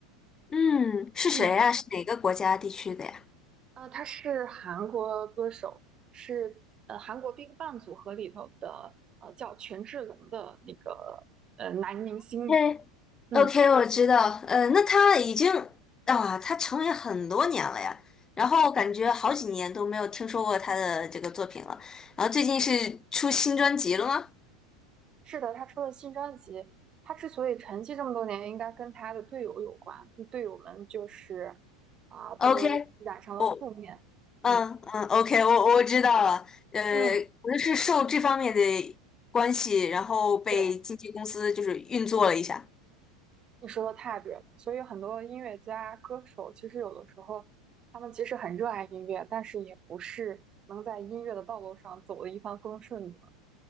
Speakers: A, on the left; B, on the right.
A: 嗯，是谁呀？
B: 嗯，
A: 是哪个国家地区的呀
B: 呃，他是韩国歌手，是呃韩国 BigBang 组合里头的呃叫权志龙的那个呃男明星嘛。
A: 嘿
B: 嗯，
A: OK，我知道。呃，那他已经啊，他成名很多年了呀。然后感觉好几年都没有听说过他的这个作品了。然后最近是出新专辑了吗
B: 是的，他出了新专辑。他之所以沉寂这么多年，应该跟他的队友有关。那队友们就是啊、都染上了负面。
A: ？OK，我。
B: 嗯
A: 嗯嗯，OK，我我知道了，呃，
B: 嗯，
A: 可能是受这方面的关系，然后被经纪公司就是运作了一下。
B: 对。你说的太对了，所以很多音乐家、歌手，其实有的时候，他们即使很热爱音乐，但是也不是能在音乐的道路上走的一帆风顺的。